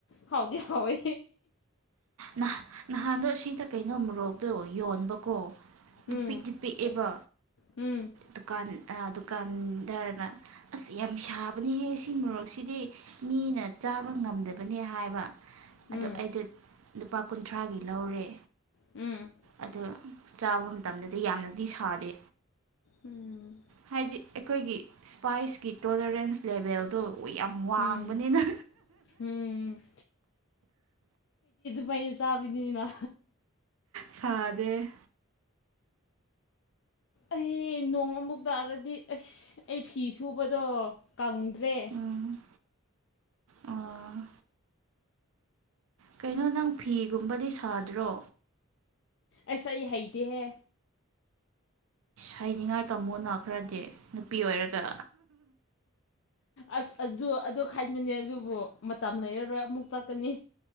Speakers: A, on the left; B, on the right.
A: ꯍꯥꯎꯗꯤ ꯍꯥꯎꯋꯦ
B: ꯅꯍꯥꯟ ꯅꯍꯥꯟꯗꯣ ꯁꯤꯗ ꯀꯩꯅꯣ ꯃꯣꯔꯣꯛꯇꯣ ꯌꯣꯟꯕꯀꯣ ꯑꯗꯨ
A: ꯎꯝ
B: ꯄꯤꯛꯗꯤ ꯄꯤꯛꯑꯦꯕ
A: ꯎꯝ
B: ꯗꯨꯀꯥꯟ ꯗꯨꯀꯥꯟꯗꯔꯅ ꯑꯁ ꯌꯥꯝ ꯁꯥꯕꯅꯤꯍꯦ ꯁꯤ ꯃꯣꯔꯣꯛꯁꯤꯗꯤ ꯃꯤꯅ ꯆꯥꯕ ꯉꯝꯗꯕꯅꯦ ꯍꯥꯏꯕ
A: ꯎꯝ
B: ꯑꯗꯣ ꯑꯩꯗꯤ ꯂꯨꯄꯥ ꯀꯨꯟꯊ꯭ꯔꯥꯒꯤ ꯂꯧꯔꯦ
A: ꯎꯝ
B: ꯑꯗꯨ ꯆꯥꯕ ꯃꯇꯝꯗꯗꯤ ꯌꯥꯝꯅꯗꯤ ꯁꯥꯗꯦ
A: ꯎꯝ
B: ꯍꯥꯏꯗꯤ ꯑꯩꯈꯣꯏꯒꯤ ꯏꯁꯄꯥꯏꯁꯀꯤ ꯇꯣꯂꯔꯦꯟꯁ ꯂꯦꯚꯦꯜꯗꯨꯣ ꯍ ꯌꯥꯝ ꯋꯥꯡꯕꯅꯤꯅ
A: ꯎꯝ ꯎꯝ ꯃꯩ ꯆꯕꯤꯅꯤꯅ
B: ꯁꯥꯠ ꯗꯦ
A: ꯑꯩ ꯅꯣꯡ ꯑꯃꯨꯛ ꯇꯥꯔꯗꯤ ꯑꯁ ꯑꯩ ꯐꯤ ꯁꯨꯕꯗꯣ ꯀꯪꯦ ꯇꯦ
B: ꯎꯝ ꯑꯣ ꯀꯩꯅꯣ ꯅꯪ ꯐꯤꯒꯨꯝꯕꯗꯤ ꯁꯥꯗ꯭ꯔꯣ
A: ꯑꯦꯁꯥ ꯏꯍꯗꯤ ꯍ
B: ꯍꯥꯏꯅꯤꯡꯉꯥꯏ ꯇꯥꯃꯣꯅꯣ ꯈꯔꯗꯤ ꯅꯨꯄꯤ ꯑꯣꯏꯔꯒ
A: ꯑꯁ ꯑꯗꯨ ꯑꯗꯨ ꯈꯥꯏꯕꯅꯦ ꯑꯗꯨꯕꯨ ꯃꯇꯝ ꯂꯩꯔꯔꯣꯏ ꯑꯃꯨꯛ ꯆꯠꯀꯅꯤ